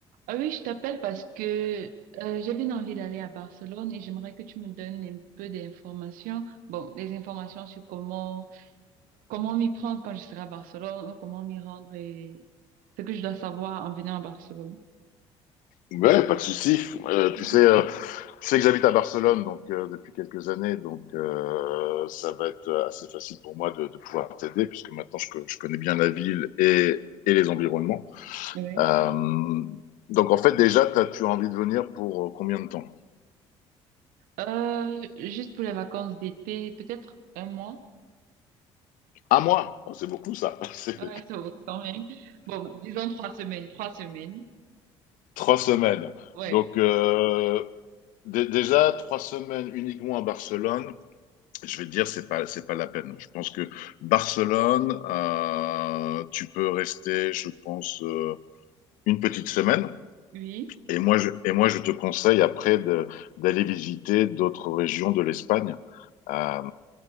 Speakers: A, on the right; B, on the left.
A: Ah oui, je t'appelle parce que euh, j'avais une envie d'aller à Barcelone et j'aimerais que tu me donnes un peu d'informations. Bon, des informations sur comment comment m'y prendre quand je serai à Barcelone ou comment m'y rendre et ce que je dois savoir en venant à Barcelone.
B: Ouais, pas de souci. Euh, tu
A: Mhm.
B: sais, euh, tu sais que j'habite à Barcelone donc euh, depuis quelques années, donc euh, ça va être euh, assez facile pour moi de, de pouvoir t'aider puisque maintenant je, co- je connais bien la ville et, et les environnements.
A: Oui.
B: Euh, donc en fait déjà, t'as- tu as envie de venir pour euh, combien de temps?
A: Euh, juste pour les vacances d'été, peut-être un mois.
B: Un mois, Oh, c'est beaucoup ça. <laughs> C'est
A: Ouais, ça vaut quand même. Bon, disons trois semaines, trois semaines.
B: trois semaines.
A: Ouais.
B: Donc euh, dé- déjà trois semaines uniquement à Barcelone. je vais te dire, c'est pas, c'est pas la peine. Je pense que Barcelone, euh, tu peux rester, je pense, euh, une petite semaine.
A: Oui.
B: Et moi, je, et moi, je te conseille après de- d'aller visiter d'autres régions de l'Espagne. Euh,